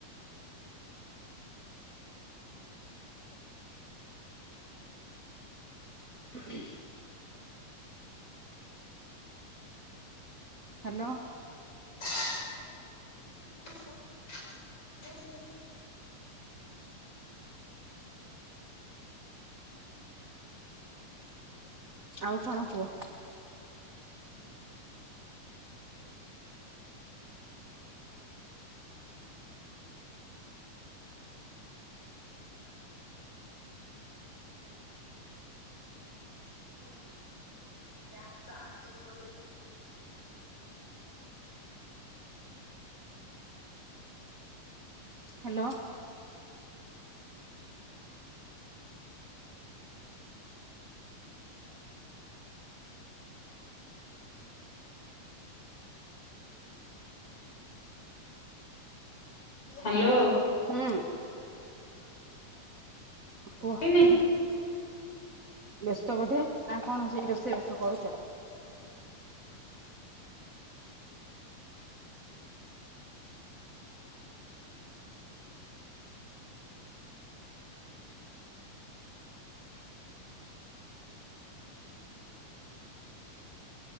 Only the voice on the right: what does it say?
ହଁ। ହ୍ୟାଲୋ।
ଆଉ କଣ କୁହ?
ହ୍ୟାଲୋ।
ହୁଁ। କୁହ।
ବ୍ୟସ୍ତ ବୋଧେ ନା କଣ ସେଇ ରୋଷେଇ ବାଷ କରୁଛ।